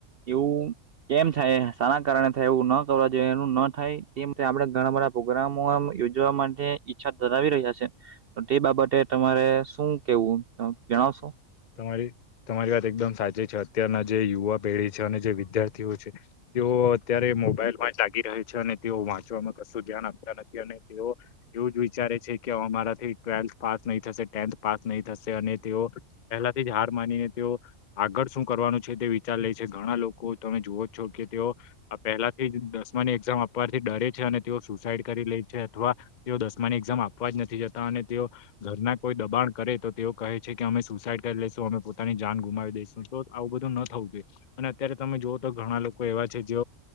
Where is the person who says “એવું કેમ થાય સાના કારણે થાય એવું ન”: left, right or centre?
Right